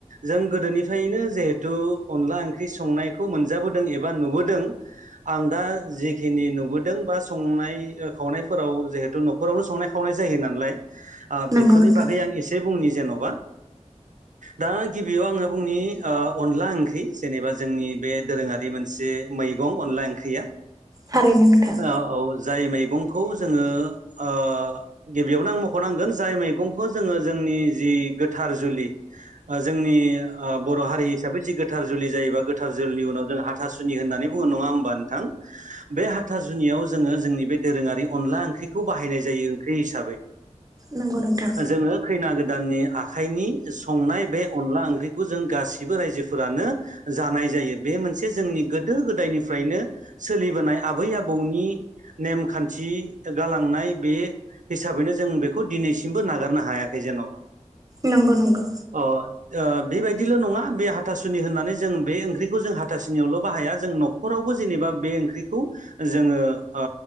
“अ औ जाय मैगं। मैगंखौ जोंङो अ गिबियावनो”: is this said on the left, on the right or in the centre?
Right